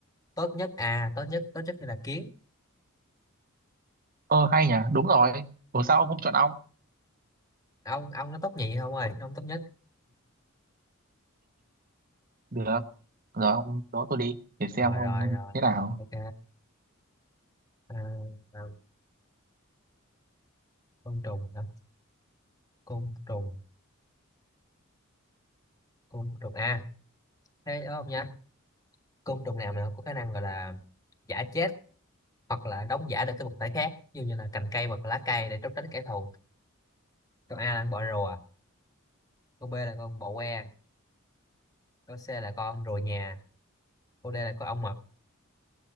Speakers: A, on the left; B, on the right.
A: tốt nhất à, tốt nhất, tốt nhất thì là kiến.
B: ơ hay nhỉ đúng rồi ủa sao ông không chọn ong
A: Ông ông nó tốt nhì không ơi, ông tốt nhất.
B: được rồi ông đó tôi đi để xem
A: Rồi
B: ông
A: rồi rồi.
B: thế nào
A: Ok. À, à, côn trùng hả? Côn trùng, côn trùng à, thế đúng không nhá? côn trùng nào mà có khả năng gọi là giả chết hoặc là đóng giả được cái vật thể khác ví dụ như là cành cây hoặc là lá cây để trốn tránh kẻ thù câu A là con bọ rùa câu B là con bọ que câu C là con rùa nhà câu D là con ong mật